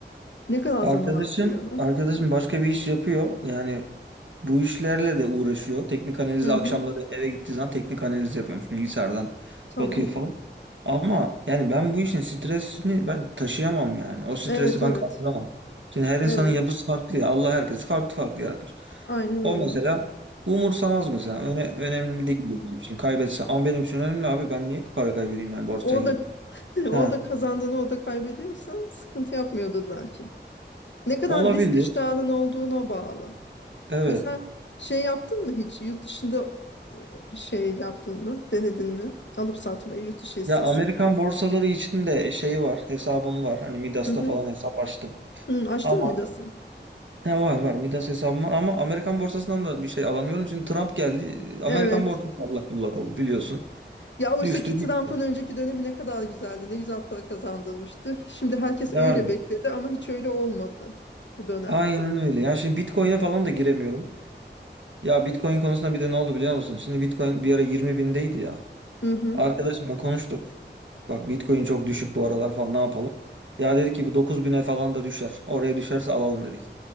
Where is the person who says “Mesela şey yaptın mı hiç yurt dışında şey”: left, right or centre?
Left